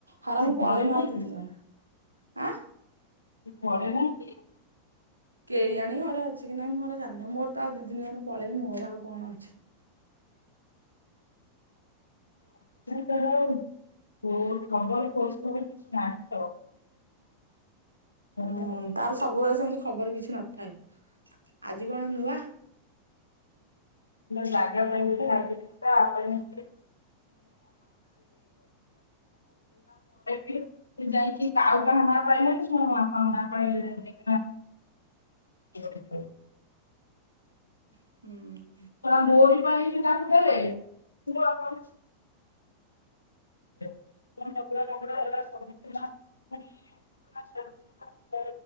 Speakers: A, on the right; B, on the left.
A: ହେରା
B: ସେ
A: ମୁଁ
B: ଘରେ
A: ପଳେଇମି
B: ନାହିଁ
A: ଆଉ ଦି
B: କି?
A: ଦିନ ପାଇ। ଆଁ
B: ଘରେ ନାହିଁ କି?
A: କେଇ ଜାଣି ଘରେ ଅଛି କି ନାଇଁ ମୁଁ ହେରା ଜାଣିନି ମୋର ତ ଆଉ ଦି ଦିନି ଗଲେ ପଳେଇବି ମୋର ଆଉ କଣ ଅଛି।
B: <unintelligible> <unintelligible> ମୁଁ କହିଲି କିଛି ଜାଣିନୁ <unintelligible> କଥା
A: ହୁଁ
B: କହୁଛୁ?
A: ତାର ସବୁବେଳେ ସେମିତି ଖବର କିଛି ନଥାଏ ଆଜି କଣ ନୂଆ।
B: ଜାଗା ପାଇଁରେ ଦେଲା ପରେ ବି ସେ ଯାଇକି କାଉ କାହାନ ପାଇଁ ହେଲେ ଶଣପ ପାଇଁଲେି <unintelligible>
A: ହୁଁ।
B: ହଁ ମୋରି ପାଇଁ <unintelligible> କାହାକୁ ଦେଲେ ମୋ ଅକାଉଣ୍ଟ <unintelligible>